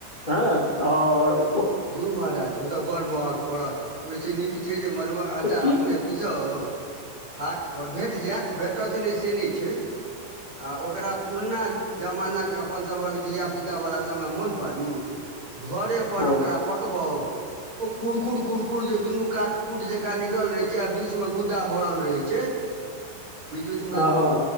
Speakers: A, on the left; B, on the right.
A: हँ आओर
B: धू महाराज ओतऽ बड़ महग पड़त ओहिस नीक छै जे मड़ुआ आटा
A: तऽ की
B: अपने पीसा जाउ हाट पर भेट जायत भेटत नय से नय छै आ ओकरा पुरना जमानाक अपनसभक धियापुतावला सभमे मोन पाड़ू घरे पर
A: हँ
B: ओकरा पकबाउ ओ कुरकुर कुरकुर जे दुनू काट कुट जकाँ निकल रहे छै आ बीच मे गुद्दा भरल रहै छै
A: <inaudible>
B: बीच बीच मे
A: हँ